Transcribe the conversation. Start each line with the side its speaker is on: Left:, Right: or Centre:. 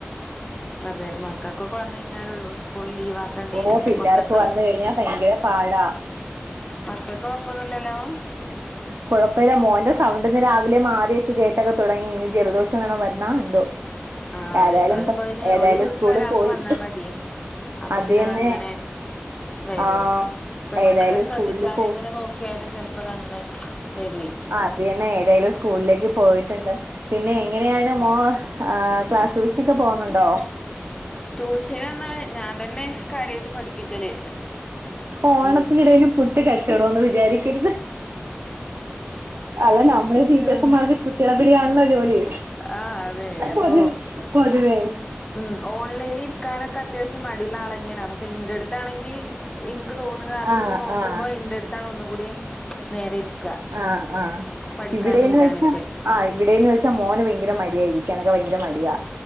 Left: അതെ മക്കക്കൊക്കെ വന്നൈഞ്ഞാലൊള്ളൂ സ്കൂൾ ലീവാക്കണ്ടീം
Right: ഓ പിള്ളേർക്ക്
Left: മക്കക്ക്.
Right: വന്ന് കഴിഞ്ഞാ ഭയങ്കര പാടാ
Left: മക്കക്കൊഴപ്പൊന്നൂല്ലല്ലോ.
Right: കൊഴപ്പല്ല മോൻന്റെ സ് പ്പ അവിടെന്ന് രാവിലെ മാറിയൊക്കെ കേട്ടക്കെ തൊടങ്ങി ഇനി ജലദോഷെങ്ങാണം വര്ന്നാ എന്തോ.
Left: ആഹ് അതെ
Right: ഏതായാലും
Left: അതിപ്പോ അതിന്
Right: ഏതായാലും
Left: ഒരു വീട്ടില്
Right: സ്കൂളിൽ
Left: ഒരാൾക്ക്
Right: പോയി
Left: വന്നാ മതിയേ. അപ്പൊ
Right: അത്
Left: പിന്നെ
Right: തന്നെ
Left: തങ്ങനെ. വരും
Right: ആഹ്
Left: ഇപ്പൊ മ്മളെത്ര
Right: ഏതായാലും
Left: ശ്രദ്ധിച്ചാലും
Right: സ്കൂളിൽ പോയി
Left: എങ്ങനെ നോക്കിയാലും ചെലപ്പോ അതങ്ങനെ വരേ.
Right: അത് തന്നെ ഏതേലും സ്കൂളിലേക്ക് പോയിട്ടുണ്ട്. പിന്നെ എങ്ങനെയാണ് മോ ക്ലാസ് ട്യൂഷനൊക്കെ പോകുന്നുണ്ടോ.
Left: ട്യൂഷനറഞ്ഞാ ഞാൻ തന്നെ കാര്യാട്ട് പഠിപ്പിക്കല്
Right: ഓണത്തിനിടയിൽ
Left: ഉം.
Right: പുട്ട് കച്ചവടന്ന് വിചാരിക്കരുത്. അല്ല നമ്മള് ടീച്ചേഴ്‌സ്
Left: ഉം
Right: മാർക്ക് കുട്ടികളെ പിടിയാണല്ലോ ജോലി
Left: ആഹ് അതെ അപ്പൊ
Right: പൊതു പൊതുവേ
Left: ഉം ഓൺലൈനി ഇരിക്കാനൊക്കെ അത്യാവശ്യം മടിലാളഞ്ഞാണ് അപ്പൊ പിന്റെടുത്താണെങ്കിൽ ക്ക് തോന്നുന്നത് അത്
Right: ആഹ്
Left: ഇത് നോക്കുമ്പോ
Right: ആഹ്
Left: ഇന്റെ അടുത്താണ് ഒന്ന കൂടിയും നേരെ ഇരിക്ക
Right: ആഹ് ആഹ്
Left: പഠിക്കാനും
Right: ഇവിടെന്ന്
Left: എഴുതാനൊക്കെ
Right: വെച്ച ആഹ് ഇവിടെന്ന് വെച്ചാ മോന് ഭയങ്കര മടിയായിരിക്കനക്കെ ഭയങ്കര മടിയാ